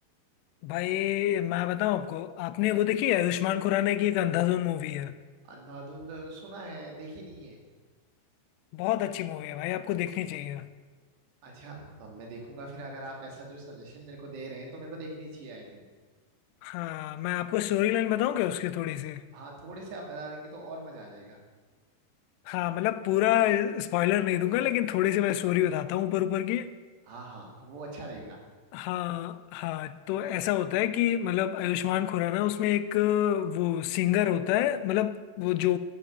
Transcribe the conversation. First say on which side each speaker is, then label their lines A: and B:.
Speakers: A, on the left; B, on the right.
A: भाई मैं बताऊं आपको आपने वो देखी है आयुष्मान खुराना की एक अंधाधुन मूवी है
B: अंधाधुंध सुना है देखी नहीं है
A: बहुत अच्छी मूवी है भाई आपको देखनी चाहिए
B: अच्छा हाँ, मैं देखूंगा फिर अगर आप ऐसा जो सजेशन मेरे को दे रहे हैं तो मेरे को देखनी चाहिए आई थिंक
A: हाँ मैं आपको स्टोरी लाइन बताऊं क्या उसकी थोड़ी सी
B: हाँ थोड़े से आप बता देंगे तो और मजा आ जाएगा
A: हाँ मतलब पूरा स्पॉइलर नहीं दूंगा लेकिन थोड़ी सी मैं स्टोरी बताता हूँ ऊपर ऊपर की
B: हाँ हाँ वो अच्छा रहेगा
A: हाँ हाँ तो ऐसा होता है कि मतलब आयुष्मान खुराना उसमें एक वो सिंगर होता है मतलब वो जो